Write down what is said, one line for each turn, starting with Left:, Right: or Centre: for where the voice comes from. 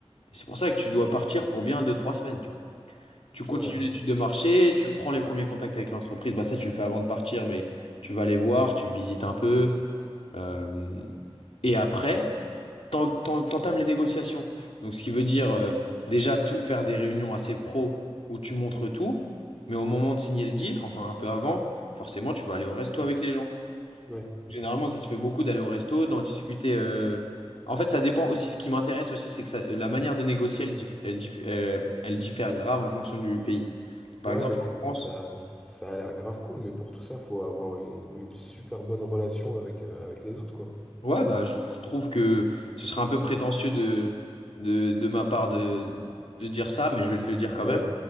Left: C'est pour ça que tu dois partir pour bien deux trois semaines, tu vois. Tu continues
Centre: ouais, ouais,
Left: l'étude de marché, tu prends les premiers contacts avec l'entreprise. Bah ça, tu le fais avant de partir, mais tu vas les voir, tu visites un peu. euh, et après, t'en- t'en- t'entames les négociations. Donc, ce qui veut dire euh, déjà tout- faire des réunions assez pro où tu montres tout, mais au moment de signer le deal, enfin un peu avant, forcément, tu vas aller au resto avec les gens.
Centre: ouais.
Left: Généralement, ça se fait beaucoup d'aller au resto, d'en discuter. euh, En fait, ça dépend aussi. Ce qui m'intéresse aussi, c'est que ça- la manière de négocier, elle, dif- elle dif- euh, elle diffère grave en fonction du pays. Donc, par
Centre: Ouais,
Left: exemple,
Centre: mais ça,
Left: en France,
Centre: ça, ça a l'air grave cool, mais pour tout ça, faut avoir une, une super bonne relation avec, euh, avec les autres, quoi.
Left: ouais, bah, je, je trouve que ce serait un peu prétentieux de, de, de ma part de, de dire ça, mais je vais le dire quand
Centre: Mais,
Left: même.